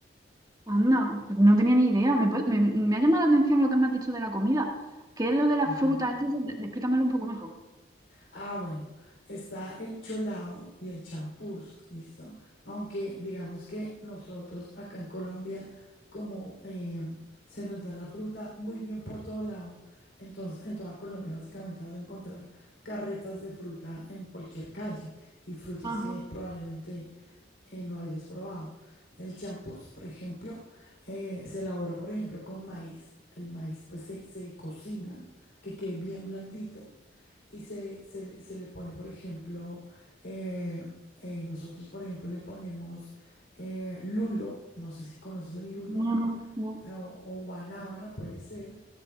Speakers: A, on the right; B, on the left.
A: Anda, pues no tenía ni idea. Me, puede- me, me ha llamado la atención lo que me has dicho de la comida. ¿Qué es lo de las
B: Ajá.
A: frutas? Eso, sí, explícamelo un poco mejor.
B: Ah, bueno, está el cholao y el champús, ¿listo? Aunque digamos que nosotros acá en Colombia, como em, se nos da la fruta muy bien por todo lado, entonces en toda Colombia básicamente vas a encontrar carretas de fruta en cualquier calle y frutas
A: Ajá.
B: que probablemente eh, no hayas probado. El champús, por ejemplo, eh, se elabora, por ejemplo, con maíz. El maíz pues se, se cocina, que quede bien blandito y se, se, se le pone, por ejemplo, eh, eh, nosotros, por ejemplo, le ponemos eh, lulo, no sé si conoces el lulo,
A: No, no, no.
B: eh, o, o guanábana puede ser,